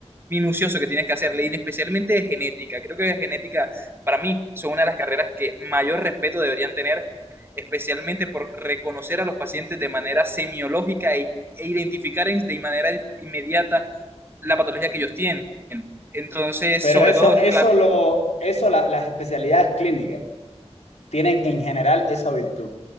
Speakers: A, on the right; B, on the left.
A: minucioso que tienes que hacerle, y especialmente de genética. Creo que de genética, para mí, son una de las carreras que mayor respeto deberían tener, especialmente por reconocer a los pacientes de manera semiológica e, e identificar en- de manera inmediata la patología que ellos tienen. Entonces,
B: Pero
A: sobre
B: eso,
A: todo,
B: eso
A: claro,
B: lo, eso la- las especialidades clínicas tienen en general esa virtud